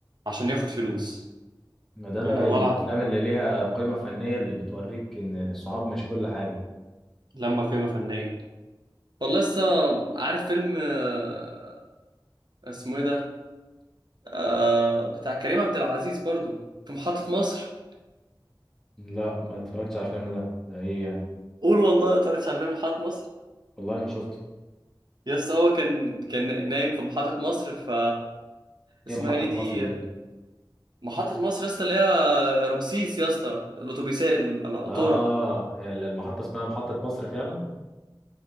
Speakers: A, on the right; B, in the centre.
A: عشان ياخد فلوس
B: آه. ما ده
A: يعني
B: بقى
A: والله
B: الافلام
A: العظيم
B: اللي ليها قيمه فنيه اللي بتوريك ان الصحاب مش كل حاجه
A: لما قيمة فنية والله لسه عارف فيلم آه، اسمه ايه ده آه، بتاع كريم عبد العزيز برضو في محطة مصر
B: لا ما اتفرجتش على الفيلم ده ده ايه يعني
A: قول والله ما اتفرجتش على فيلم محطة مصر
B: والله ما شفته
A: يس هو كان كان نايم في محطة مصر ف اسمها
B: هي محطه
A: ايه دي
B: مصر دي
A: محطة مصر يا اسطى اللي هي رمسيس يا اسطى الأتوبيسات ال- القطورة
B: اه المحطه اسمها محطه مصر فعلا